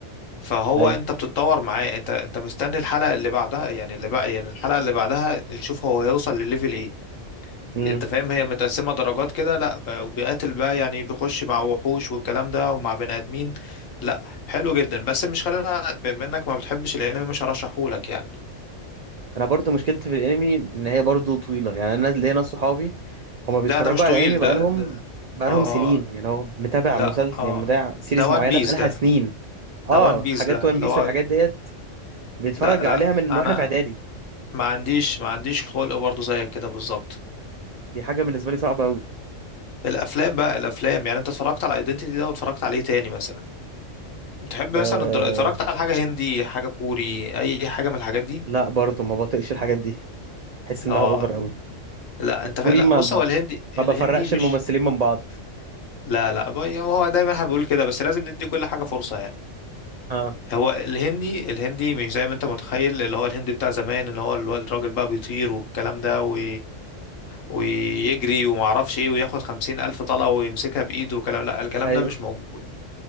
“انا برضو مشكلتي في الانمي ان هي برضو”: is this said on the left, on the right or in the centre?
Right